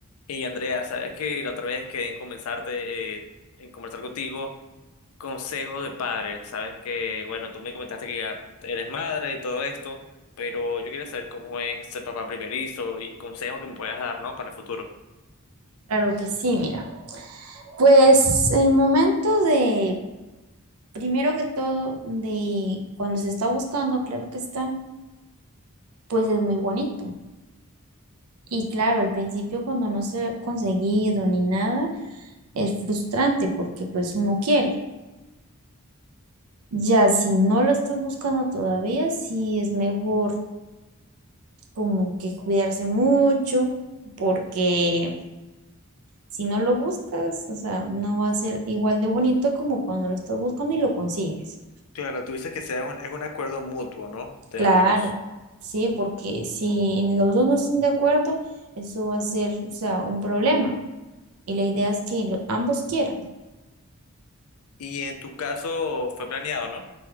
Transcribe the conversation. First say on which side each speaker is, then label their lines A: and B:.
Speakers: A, on the left; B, on the right.
A: Y Andrea, sabes que la otra vez quedé en comenzarte, eh, en conversar contigo, consejos de padres. Sabes que, bueno, tú me comentaste que ya eres madre y todo esto, pero yo quería saber cómo es ser papá primerizo y consejos que me puedas dar, ¿no? Para el futuro.
B: Claro que sí, mira. Pues el momento de, primero que todo, de cuando se está buscando, claro que está, pues es muy bonito. Y claro, al principio cuando no se ha conseguido ni nada, es frustrante porque pues uno quiere. Ya si no lo estás buscando todavía, sí es mejor como que cuidarse mucho porque si no lo buscas, o sea, no va a ser igual de bonito como cuando lo estás buscando y lo consigues.
A: Claro, tú dices que sea un- es un acuerdo mutuo, ¿no? Tener
B: Claro,
A: hijos.
B: sí, porque si los dos no están de acuerdo, eso va a ser, o sea, un problema. Y la idea es que lo- ambos quieran.
A: Y en tu caso fue planeado, ¿no?